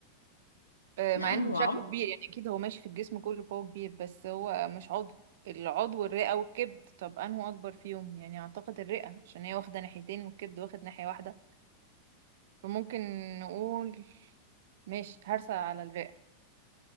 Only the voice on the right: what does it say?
آه،
مع انه
شكله
كبير يعني اكيد هو ماشي في الجسم كله فهو كبير بس هو مش عضو العضو الرئة والكبد طب انه اكبر فيهم يعني اعتقد الرئة عشان هي واخدة ناحيتين والكبد واخد ناحية واحدة فممكن نقول ماشي هرسة على الرئة